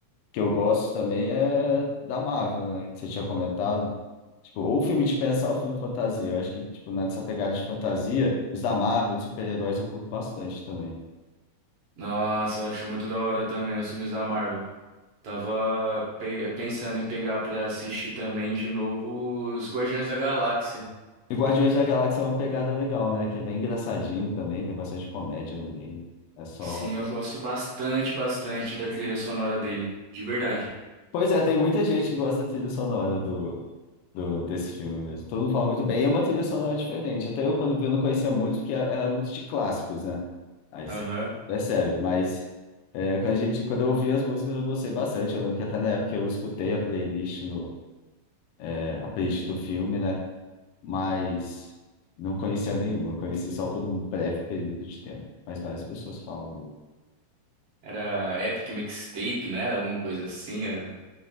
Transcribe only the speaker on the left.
que eu gosto também é da Marvel, né? Que você tinha comentado. Tipo, ou filme de pensar ou filme de fantasia. Eu acho que, tipo, né, nessa pegada de fantasia, os da Marvel, de super-heróis, eu curto bastante também.
E Guardiões da Galáxia é uma pegada legal, né? Que é bem engraçadinho também, tem bastante comédia no meio. É só.
Pois é, tem muita gente que gosta da trilha sonora do, do- desse filme mesmo. Todo mundo fala muito bem. E é uma trilha sonora diferente. Até eu, quando vi, eu não conhecia muito, porque ela ela é muito de clássicos, né? Aí
você percebe. Mas é, quando a gente, quando eu ouvi as músicas, eu gostei bastante. Eu lembro que até na época eu escutei a playlist, no, é, a playlist do filme, né? Mas não conhecia nenhuma. Eu conheci só por um breve período de tempo. Mas várias pessoas falam.